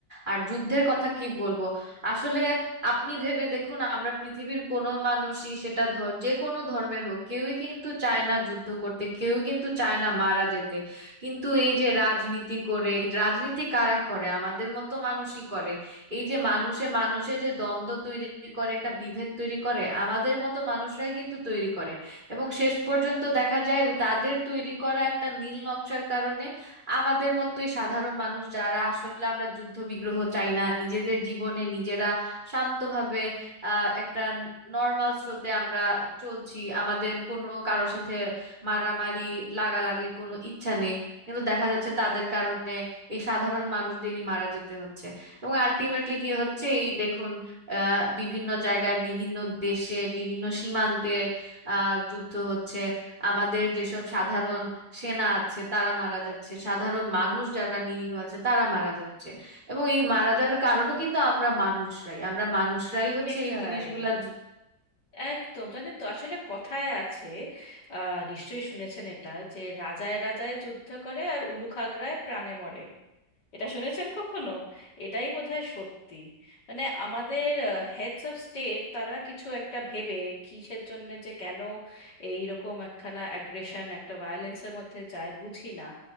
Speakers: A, on the right (about 25°); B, on the left (about 70°).
A: আর যুদ্ধের কথা কি বলবো আসলে আপনি ভেবে দেখুন আমরা পৃথিবীর কোনো মানুষই সেটা ধ- যে কোনো ধর্মের হোক কেউই কিন্তু চায় না যুদ্ধ করতে কেউই কিন্তু চায় না মারা যেতে কিন্তু এই যে রাজনীতি করে এই রাজনীতি কারা করে আমাদের মতো মানুষই করে এই যে মানুষে মানুষে যে দ্বন্দ্ব তৈরি করে একটা বিভেদ তৈরি করে আমাদের মতো মানুষরাই কিন্তু তৈরি করে এবং শেষ পর্যন্ত দেখা যায় ওই তাদের তৈরি করা একটা নীল নকশার কারণে আমাদের মতোই সাধারণ মানুষ যারা আসলে আমরা যুদ্ধ বিগ্রহ চাই না নিজেদের জীবনে নিজেরা শান্তভাবে আহ একটা নর্মাল স্রোতে আমরা চলছি আমাদের কোনো কারোর সাথে মারামারি লাগালাগির কোনো ইচ্ছা নেই কিন্তু দেখা যাচ্ছে তাদের কারণে এই সাধারণ মানুষদেরই মারা যেতে হচ্ছে এবং আলটিমেটলি কি হচ্ছে এই দেখুন আহ বিভিন্ন জায়গায় বিভিন্ন দেশে বিভিন্ন সীমান্তে আহ যুদ্ধ হচ্ছে আমাদের যেসব সাধারণ সেনা আছে তারা মারা যাচ্ছে সাধারণ মানুষ যারা নিরীহ আছে তারা মারা যাচ্ছে এবং এই মারা যাওয়ার কারণও কিন্তু আমরা মানুষরাই আমরা মানুষরাই হচ্ছে
B: সেটাই
A: এই জিনিসগুলা
B: একদম জানেন তো আসলে কথায় আছে আহ নিশ্চয়ই শুনেছেন এটা যে রাজায় রাজায় যুদ্ধ করে আর উলুখাগড়ায় প্রাণে মরে এটা শুনেছেন কখনো এটাই বোধহয় সত্যি মানে আমাদের হেডস অফ স্টেট তারা কিছু একটা ভেবে কিসের জন্য যে কেন এই রকম একখানা অ্যাগ্রেশন একটা ভায়োলেন্সের মধ্যে যায় বুঝি না